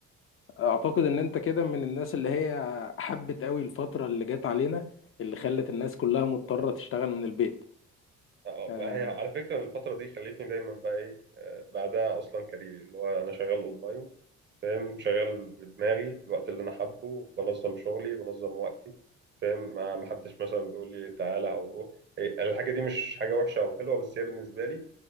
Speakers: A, on the left (about 45°); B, on the right (about 35°).
A: اعتقد ان انت كده من الناس اللي هي حبت قوي الفترة اللي جت علينا اللي خلت الناس كلها مضطرة تشتغل من البيت
B: آه، آه،
A: آه،
B: ما هي على فكره الفتره دي خلتني دايما بقى ايه آه، بعدها اصلا كاريري اللي هو انا شغال اونلاين فاهم شغال بدماغي في الوقت اللي انا حابه بنظم شغلي بنظم وقتي فاهم ما ما حدش مثلا بيقول لي تعالى او روح هي الحاجه دي مش حاجه وحشه او حلوه بس هي بالنسبه لي